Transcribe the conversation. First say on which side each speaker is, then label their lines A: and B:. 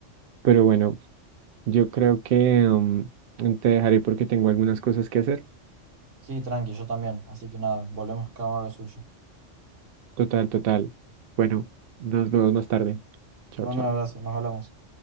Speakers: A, on the right; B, on the right.
A: Pero bueno, yo creo que um, te dejaré porque tengo algunas cosas que hacer.
B: Sí, tranqui, yo también. Así que nada, volvemos cada uno a lo suyo.
A: Total, total. Bueno, nos vemos más tarde. Chao,
B: Te mando
A: chao.
B: un abrazo, nos hablamos.